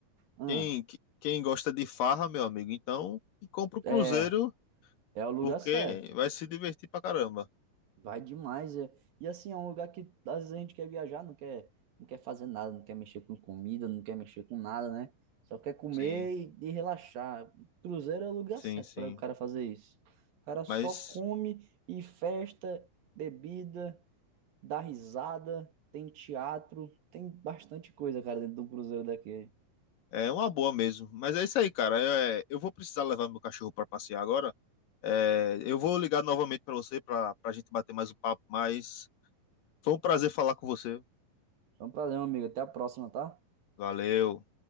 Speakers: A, on the right; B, on the left.
A: ah.
B: quem, que- quem gosta de farra, meu amigo, então que compra o cruzeiro,
A: É, É o lugar
B: porque
A: certo.
B: vai se divertir pra caramba.
A: Vai demais. É. E assim, é um lugar que às vezes a gente quer viajar, não quer, não quer fazer nada, não quer mexer com comida, não quer mexer com nada, né? Só quer comer
B: Sim,
A: e, e relaxar. Cruzeiro é o lugar
B: sim,
A: certo
B: sim.
A: para o cara fazer isso. O cara só
B: Mas
A: come e festa, bebida, dá risada, tem teatro, tem bastante coisa, cara, dentro de um cruzeiro daquele.
B: é uma boa mesmo. Mas é isso aí, cara. Eu, eu vou precisar levar meu cachorro pra passear agora. É, eu vou ligar novamente pra você pra, pra gente bater mais um papo, mas foi um prazer falar com você.
A: Foi um prazer, meu amigo. Até a próxima, tá?
B: Valeu.